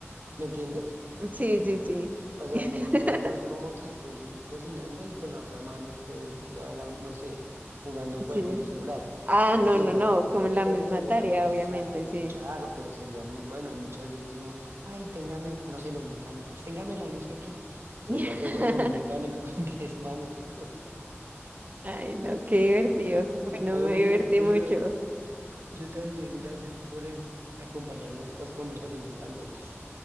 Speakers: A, on the right; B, on the right.
A: ¿Me entiendes?
B: Sí, sí, sí.
A: O sea,
B: <laughs>
A: no, no, no es como que estés cocinando y con la otra mano estés hablando, no sé, jugando un juego
B: Sí.
A: en el celular.
B: Ah,
A: Creo
B: no,
A: que igual,
B: no, no. Como la
A: creo
B: misma
A: que igual,
B: tarea,
A: exacto,
B: obviamente, sí.
A: claro, pero sería muy bueno. Hay muchas veces uno, ay, téngame, no sé, los mecánicos, téngame la luz aquí. Sería
B: <laughs>
A: re bueno un mecánico <laughs> con 10 manos. <laughs>
B: Ay, no, qué divertido.
A: Ay,
B: Bueno,
A: Fue
B: me
A: muy
B: divertí
A: divertido.
B: mucho.
A: Yo también, gracias por eh, acompañarme a estas conversaciones tan locas.